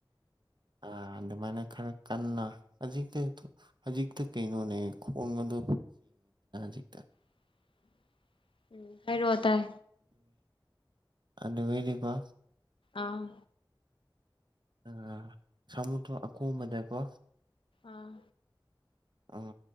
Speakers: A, on the right; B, on the left.
A: ꯑ ꯑꯗꯨꯃꯥꯏꯅ ꯈꯔ ꯀꯟꯅ ꯍꯧꯖꯤꯛꯇ ꯍꯧꯖꯤꯛꯇ ꯀꯩꯅꯣꯅꯦ ꯈꯣꯡꯒꯗ ꯁꯤꯛꯇꯦ
B: ꯎꯝ ꯎꯝ ꯍꯥꯏꯔ ꯇꯥꯏ
A: ꯑꯗ ꯃꯗꯤꯄꯥ
B: ꯑꯥ
A: ꯑ ꯁꯥꯃꯨꯗꯣ ꯑꯀꯣꯝꯕꯗꯀꯣ
B: ꯑꯥ
A: ꯎꯝ